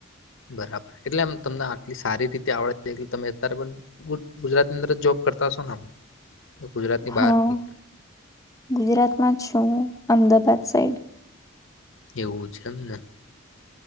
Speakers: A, on the left (about 65°); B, on the left (about 15°).
A: બરાબર એટલે આમ તમને આટલી સારી રીતે આવડે છે એટ તમે અત્યારે પણ ગુજરાતની અંદર જોબ કરતા હશો ને. ગુજરાતની
B: હા
A: બહાર કઈ
B: ગુજરાતમાં જ છું. અમદાબાદ સાઈડ.
A: એવું છે એમને.